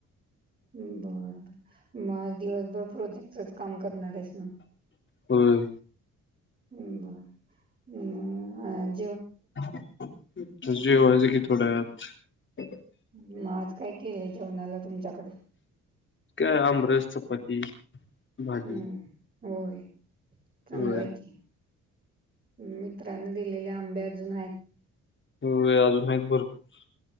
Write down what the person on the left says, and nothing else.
होय.
आता जेवायच की थोड्या वेळात.
काय आमरस, चपाती, भाजी,
होय
होे अजूनून माहित भरपूर.